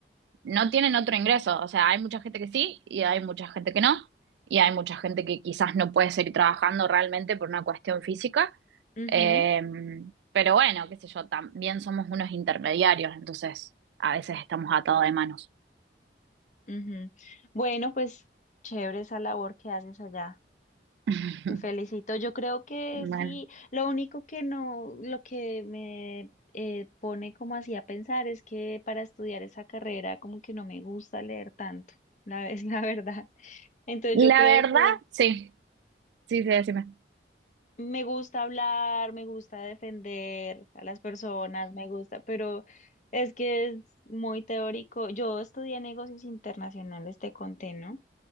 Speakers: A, on the right (about 75°); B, on the left (about 45°).
A: no tienen otro ingreso, o sea, hay mucha gente que sí y hay mucha gente que no, y hay mucha gente que quizás no puede seguir trabajando realmente por una cuestión física,
B: Ujú,
A: Eh, pero bueno, qué sé yo, también somos unos intermediarios, entonces a veces estamos atados de manos.
B: ujú. Bueno, pues chévere esa labor que haces allá.
A: <laughs>
B: Te felicito. Yo creo que
A: Bueno,
B: sí. Lo único que no, lo que me eh, pone como así a pensar es que para estudiar esa carrera como que no me gusta leer tanto, la, es <laughs> la verdad. Entonces
A: la
B: yo creo
A: verdad,
B: que
A: sí, sí, sí, decime.
B: me gusta hablar, me gusta defender a las personas, me gusta, pero es que es muy teórico. Yo estudié negocios internacionales, te conté, ¿no?